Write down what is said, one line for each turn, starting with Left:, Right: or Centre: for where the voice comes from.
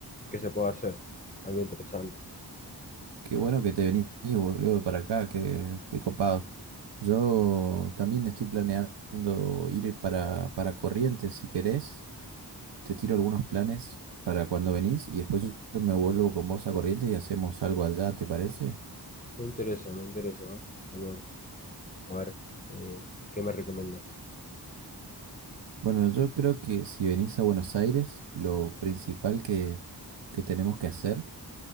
Left: qué se puede hacer, algo interesante.
Right: Qué bueno que te venís, boludo, para acá, qué, qué copado. Yo también estoy planeando ir para, para Corrientes, si querés. Te tiro algunos planes para cuando venís y después yo me vuelvo con vos a Corrientes y hacemos algo allá, ¿te parece?
Left: Me interesa, me interesa. Vamos a ver, eh, ¿qué me recomiendas?
Right: Bueno, yo creo que si venís a Buenos Aires, lo principal que, que tenemos que hacer,